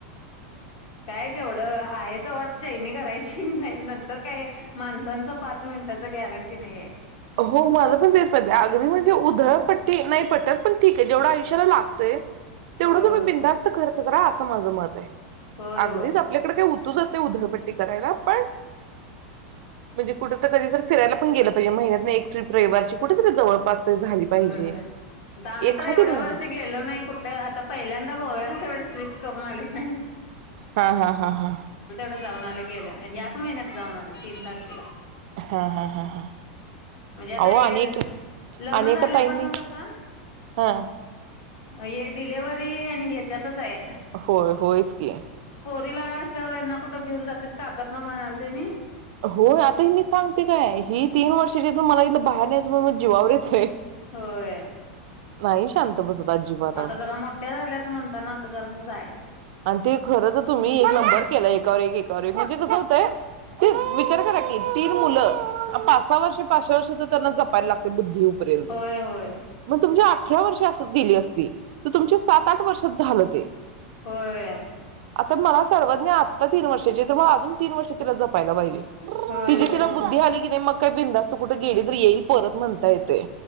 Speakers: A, on the left (about 50°); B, on the right (about 55°).
A: काय जेवढं आहे तेवढं चैनी करायची नाही नंतर काय माणसांच पाच मिनिटाच गॅरंटी नाहीय
B: हो माझं पण तेच माहितीे अगदी म्हणजे उधळ पट्टी नाही पटल पण ठीक आहे जेवढं आयुष्याला लागतंय तेवढं
A: होय
B: तुम्ही
A: होय
B: बिंदास्त करत करा असं माझं मत आहे
A: होय
B: अगदीच
A: होय
B: आपल्याकडे काही उतू जात उधळपट्टी करायला पण म्हणजे कुठ कधी फिरायला पण गेलं पाहिजे महिन्यात एक ट्रप रविवारची कुठेतरी जवळपास तर झाली पाहिजे.
A: होय होय आम्ही
B: एखादी
A: तर एवढ्या
B: महिना
A: वर्षी गेलो नाही कुठे आता पहिल्यांदा गोव्यालाच एवढी ट्रिप करून आलूय
B: हा हा हा हा
A: जाऊन आले गेले याच महिन्यात जाऊन आले तीन तारखेला
B: हा हा हा हा
A: म्हणजे आता
B: अहो
A: येल
B: अनेक
A: लग्न
B: अनेक
A: झाल्यापासून
B: ताईंनी
A: कसं
B: हा
A: हे डिलेवर्हरी आणि ह्याच्यातच आहे
B: होय होयच की
A: तिला असल्यावर घेऊन जातेस काकत ना म्हणाल त्यांनी
B: हो आता मी सांगते काय ही तीन वर्षाची आग मला इथ बाहेर निघायचं म्ह मग जीवावर येतंय
A: होय
B: नाही शांत बसत नाही आजिबात
A: मग
B: आहो
A: आता जरा मोठ्या झाल्यात म्हणताना आता जरा असं जायचं
B: आणि ते खर तर तुम्ही एक नंबर केला एकावर एक तरी म्हणजे कसं होतंय तेच विचार करा की तीन मुलं पाच सहा वर्षे पाच सहा वर्षे तर त्यांना जपायला लागते बुद्धिग मग
A: होय होय
B: तुमच्या अठरा वर्ष असच गेली असती त तुमच्या सात आठ वर्षात झालं ते
A: होय
B: आता मला सर्वज्ञ तीन वर्षाचे मग अजून तीन वर्षला ज पाहिला पाहिजे
A: होय
B: तिची तिला
A: होय
B: बुद्धी झाली की नाही मग काही बिंदास्त तू कुठे गेली तर येईल परत म्हणता येते